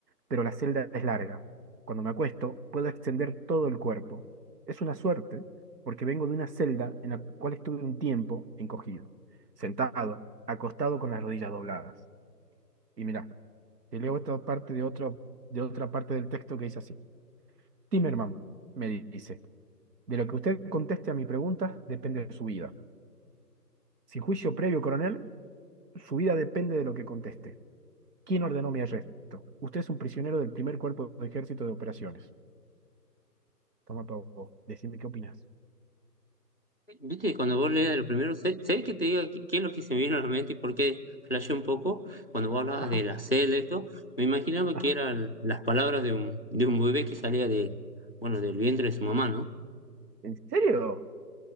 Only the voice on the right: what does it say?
Pero la celda es larga. Cuando me acuesto, puedo extender todo el cuerpo. Es una suerte, porque vengo de una celda en la cual estuve un tiempo encogido, sentado, acostado con las rodillas dobladas. Y mirá, te leo esta parte de otra, de otra parte del texto que dice así. Timerman, me dice, de lo que usted conteste a mi pregunta depende de su vida. Sin juicio previo, coronel, su vida depende de lo que conteste. ¿Quién ordenó mi arresto? Usted es un prisionero del primer cuerpo de ejército de operaciones. Toma para vos, decime qué opinás.
Ajá,
ajá.
¿En serio?